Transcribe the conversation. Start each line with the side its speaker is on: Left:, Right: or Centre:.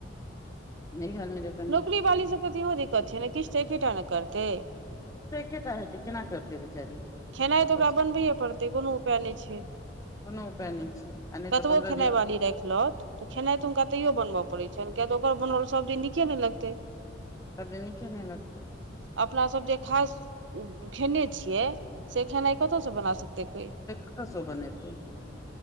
Left: नैहर मे जब
Right: नौकरी वाली सबके तऽ इहो दिक्कत छै ने किछ तऽ एकेटा न करतै
Left: से एके टा हेतै केना करतै बेचारी
Right: खेनाय
Left: कतयसँ
Right: तऽ ओकरा बनबैए पड़तै कोनो उपाय नै छै
Left: कोनो उपाय नहि छै आ नहि
Right: कतबो
Left: तऽ पन्द्रह
Right: खेनाय
Left: दिन
Right: वाली राखिलौत तऽ खेनाय त हुनका तैयो बनब पड़ै छनि किया तऽ ओकर बनल सब दिन नीके नहि लगतै
Left: सब दिन निके नहि लगतै
Right: अपनासभ जे खास खेने छियै से खेनाय कतयसँ बना सकतै कोय
Left: से कत स बनेतै